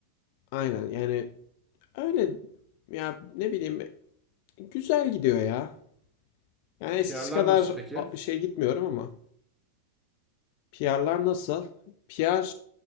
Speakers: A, on the left; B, in the centre.
A: aynen yani öyle ya ne bileyim güzel gidiyor ya. Yani
B: PR'lar
A: eskisi kadar
B: nasıl peki?
A: şey gitmiyorum ama PR'lar nasıl? PR